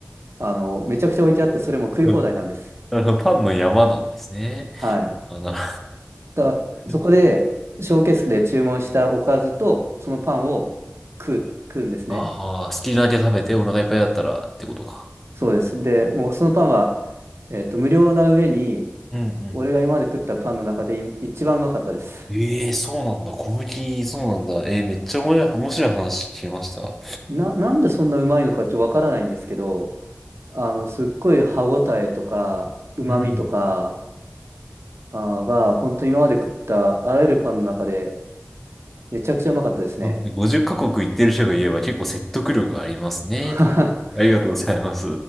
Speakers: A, on the right; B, in the centre.
A: あの、めちゃくちゃ置いてあって、それも食い放題なんです。
B: うんなるほどパンの山なんですね。
A: はい。
B: あ、なる
A: だから、
B: ほど。
A: そこで、ショーケースで注文したおかずと、そのパンを食う、食うんですね。
B: ああ、好きなだけ食べてお腹いっぱいだったらってことか。
A: そうです。で、もうそのパンは、えっと、無料な上に、
B: うんう
A: 俺が今まで食ったパンの中でい一番うまかったです。
B: ん。ええ、そうなんだ。小麦、そうなんだ。ええ、めっちゃ面白い、面白い話聞けました。
A: な、なんでそんなうまいのかちょっとわからないんですけど、あの、すっごい歯ごたえとか、うまみとか、
B: うん。
A: あーが、本当に今まで食ったあらゆるパンの中で、めちゃくちゃうまかったですね。
B: まあ50カ国行ってる人が言えば結構説得力ありますね。
A: <laughs>
B: ありがとうございます。